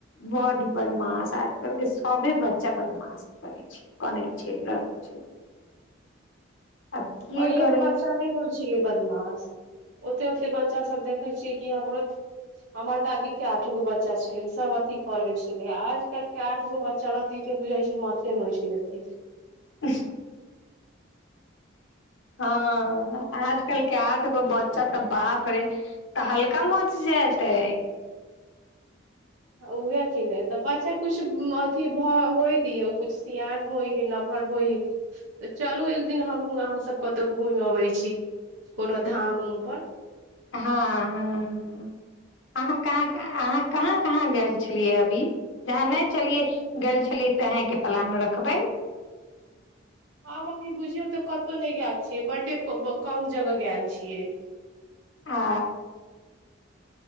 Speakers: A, on the left; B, on the right.
A: बड्ड बदमाश आजकलके सभे बच्चा बदमाश करै छै कनै छै लड़ै छै आब किए
B: पहिलेके
A: करे
B: बच्चा नहि होइ छलै बदमाश ओते ओते बच्चा सब देखै छियै कि हमरो हमर दादी के आठ गो बच्चा छलै सभ अथी कऽ ले छलै आज कल के आठ गो बच्चा रहतै तऽ बुझाए छै माथे नौइच लेतै
A: <unintelligible> हँ आजकल के आठ गो बच्चा तऽ बाप रे तहल्का मच जेतै
B: ओहे कि नै तऽ बच्चा कुछ अथी होय दिय कुछ सियान होइ हे नमहर होय हे तऽ चलू एक दिन हमहु अहाँ सब कतौ घुमि अबे छी छी कोनो धाम उम पर
A: हँ हँ अहाँ कहाँ कहाँ अहाँ कहाँ कहाँ गेल छलियै अभी जहाँ नहि चलियै गेल छलियै तहँके प्लान रखबै
B: हँ अभी बुझियौ तऽ कत नहि गेलल बड कम जगह गेल छियै
A: आ